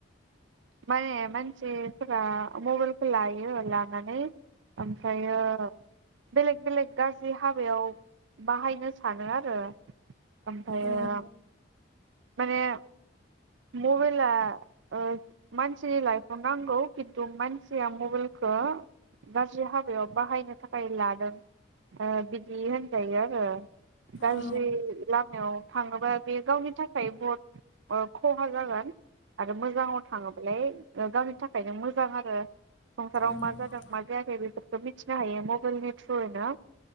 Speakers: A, on the right; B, on the left.
A: माने मानसिफोरा मबाइलखौ लायो लानानै ओमफ्रायो बेलेक बेलेक गाज्रि हाबायाव बाहायनो सानो आरो ओमफ्रायो
B: औ
A: माने मबेला ओ मानसिनि लाइफआव नांगौ खिन्थु मानसिया मबेलखौ गाज्रि हाबायाव बाहायनो थाखाय लादों ओ बिदि होनजायो आरो। गाज्रि
B: औ
A: लामायाव थाङोबा बे गावनि थाखाय बहत ओ खहा जागोन। आरो मोजाङाव थाङोबालाय गावनि थाखायनो मोजां आरो संसाराव
B: औ
A: मा जादों मा जायाखै बेफोरखौ मिथिनो हायो मबेलनि थ्रुयैनो